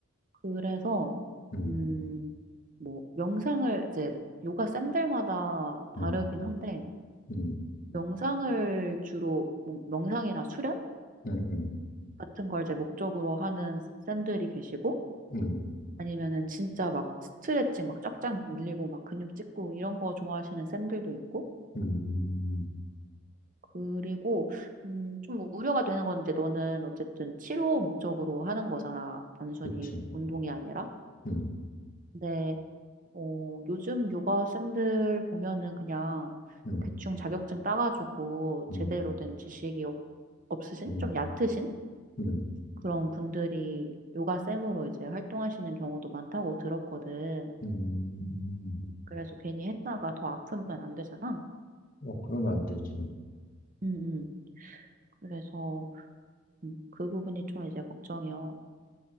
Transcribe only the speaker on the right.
그래서,
음, 뭐, 명상을 이제 요가 쌤들마다 다르긴
한데,
명상을 주로, 뭐 명상이나 수련
같은 걸 이제 목적으로 하는 쌤들이 계시고,
아니면은 진짜 막 스트레칭 막 쫙쫙 밀리고 막 근육 찍고 이런 거 좋아하시는 쌤들도 있고
그리고 음 좀 우려가 되는 건 이제 너는 어쨌든 치료 목적으로 하는 거잖아 단순히
운동이 아니라
근데 어 요즘 요가 쌤들 보면은 그냥
대충 자격증 따가지고
제대로 된 지식이 없- 없으신
좀 얕으신
그런 분들이 요가 쌤으로 이제 활동하시는 경우도 많다고 들었거든.
그래서 괜히 했다가 더 아프면 안 되잖아.
응, 그래서 음, 그 부분이 좀 이제 걱정이어서